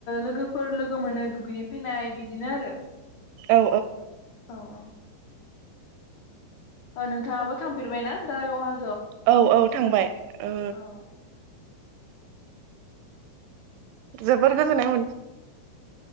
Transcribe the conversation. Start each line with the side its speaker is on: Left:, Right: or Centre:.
Left: लोगोफोर लोगो मोनो दुगैनि फैनाय बिदिनो आरो
Right: औ
Left: औ औ नोंथाङाबो थांफेरबायना दारागावहा
Right: औ औ थांबाय ओ
Left: औ
Right: जोबोर गोजोननाय मोन